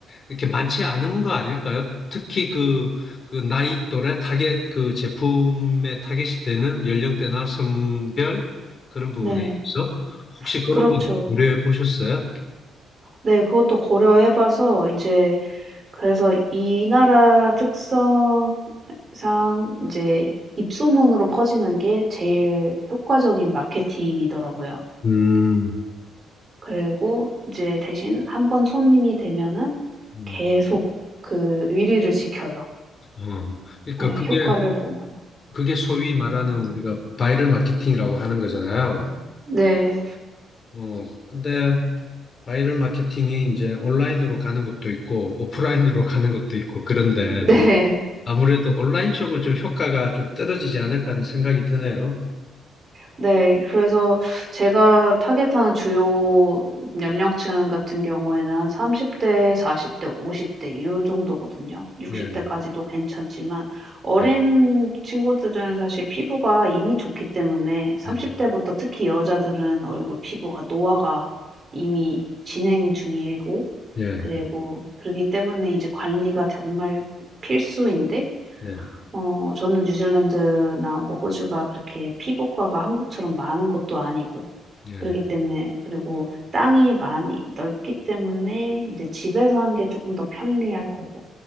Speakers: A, on the left (about 40°); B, on the right (about 40°).
A: 이렇게 많지 않은 거 아닐까요? 특히 그, 그 나이 또래 타겟 그 제품의 타겟이 되는 연령대나 성별 그런 부분에
B: 네.
A: 있어서 혹시 그런
B: 그렇죠.
A: 건 고려해 보셨어요?
B: 네. 그것도 고려해 봐서 이제 그래서 이 나라 특성상 이제 입소문으로 퍼지는 게 제일 효과적인 마케팅이더라고요.
A: 음,
B: 그리고 이제 대신 한번 손님이 되면은
A: 음,
B: 계속 그 의리를 지켜요.
A: 어. 그러니까
B: 네
A: 그게
B: 효과를 보면
A: 그게 소위 말하는 우리가 바이럴 마케팅이라고 하는 거잖아요.
B: 네.
A: 어, 근데 바이럴 마케팅이 이제 온라인으로 가는 것도 있고 오프라인으로 <laughs> 가는 것도 있고 그런데
B: 네.
A: 아무래도 온라인 쪽은 좀 효과가 좀 떨어지지 않을까 하는 생각이 드네요.
B: 네. 그래서 제가 타겟하는 주요 연령층 같은 경우에는 한 30 대, 40 대, 50대 요 정도거든요. 60
A: 예,
B: 대까지도 괜찮지만 어린
A: 예,
B: 친구들은 사실 피부가 이미 좋기 때문에 30
A: 예,
B: 대부터 특히 여자들은 얼굴
A: 음,
B: 피부가 노화가 이미 진행 중이고
A: 예,
B: 그리고 그러기 때문에 이제 관리가 정말 필수인데
A: 예,
B: 어 저는 뉴질랜드나 뭐 호주가 그렇게 피복과가 한국처럼 많은 것도 아니고
A: 예,
B: 그러기 때문에 그리고 땅이 많이 넓기 때문에 이제 집에서 하는 게 조금 더 편리할 거고